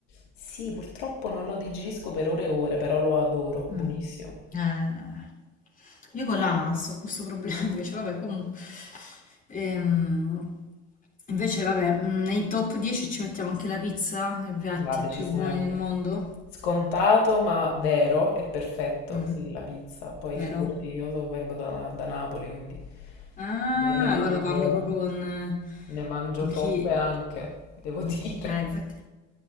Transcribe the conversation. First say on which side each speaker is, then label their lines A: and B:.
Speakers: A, on the left; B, on the left.
A: Sì, purtroppo non lo digerisco per ore e ore, però lo adoro, buonissimo.
B: Mm. Eh, io con l'ananas ho questo problema <laughs> invece, vabbè, comunque. Ehm, invece, vabbè, mm, nei top 10 ci mettiamo anche la pizza, nei piatti
A: Va, decisamente.
B: più buoni del mondo.
A: Scontato ma vero e perfetto.
B: Mm,
A: Sì, la pizza. Poi
B: vero?
A: figurati, io so- vengo da, da Napoli, quindi
B: Ah,
A: ne, ne mangio,
B: allora parlo proprio con,
A: ne mangio
B: con
A: troppe
B: chi...
A: anche, devo dire.
B: Eh,
A: <laughs>
B: infatti...